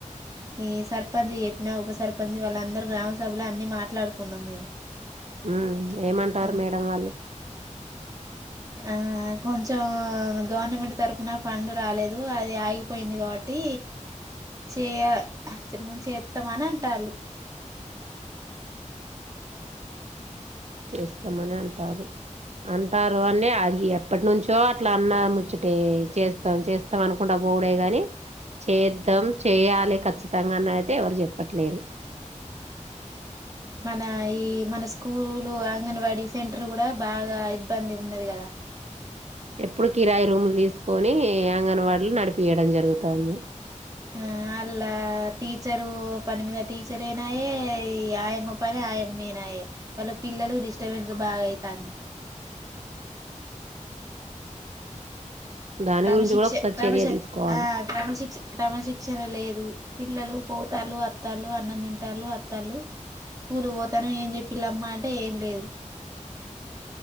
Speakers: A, on the right (about 25°); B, on the right (about 55°).
A: ఈ సర్పంచ్ చెప్పినా ఉప సర్పంచ్ వాళ్ళందరు గ్రామ సభలో అన్ని మాట్లాడుకున్నాం మేము.
B: ఉ ఏమంటారు
A: ఆ
B: మేడం వాళ్ళు
A: ఆ కొంచెం గవర్నమెంట్ తరఫున ఫండ్ రాలేదు. అది ఆగిపోయింది కాబట్టి చేయ చేస్తామని అంటారు.
B: చేస్తామని అంటారు అంటారు అంటే అది ఎప్పటి నుంచో అట్లా అన్న ముచ్చట చేస్తాం చేస్తాం అనుకుంటా బోడే గాని చేద్దాం చేయ్యాలి ఖచ్చితంగా అని అయితే ఎవరు చెప్పట్లేరు.
A: మన ఈ మన స్కూలు అంగన్వాడీ సెంటర్ కూడా బాగా ఇబ్బంది ఉన్నది కదా.
B: ఎప్పుడు కిరాయి రూములు తీసుకు కొని అంగన్వాడీలు నడిపియడం జరుగుతుంది.
A: ఆ అళ్లా టీచరు పని మీద టీచర్ అయినాయే ఈ ఆయమ్మ పని ఆయమ్మ అయినాయే, వాళ్ళు పిల్లలు డిస్టర్బెన్స్ బాగాయితాంది.
B: దాని
A: క్రమశిక్ష
B: గురించి కూడా ఒకసారి
A: క్రమశ
B: చర్య తీసుకోవాలి
A: ఆ క్రమశిక్ష క్రమశిక్షణ లేదు పిల్లలు పోతారు వత్తాలు అన్నం తింటాలు అత్తళ్ళ స్కూల్ పోతాను ఏం చెప్పిలమ్మా అంటే ఏం లేదు.